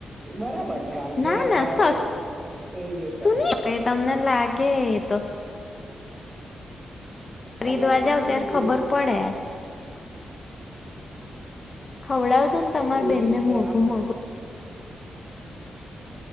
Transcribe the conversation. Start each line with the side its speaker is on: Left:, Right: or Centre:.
Right: બરાબર છે આમ જેને
Left: ના ના
Right: ભાવે
Left: સસ્તું
Right: એજ એ કર
Left: નહી કઈ તમને લાગે તો ખરીદવા
Right: અલ પણ
Left: જાવ
Right: પેલું
Left: ત્યારે ખબર પડે. ખવડાવજો ને તમાર
Right: હા એ
Left: બેનને
Right: બી છે
Left: મોંઘું
Right: આમ
Left: મોઘું